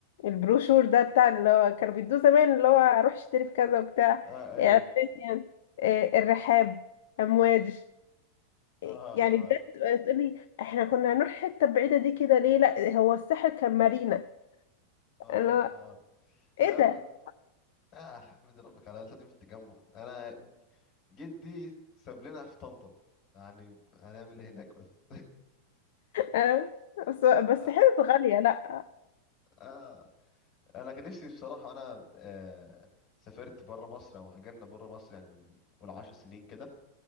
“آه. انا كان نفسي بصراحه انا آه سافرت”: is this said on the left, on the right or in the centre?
Left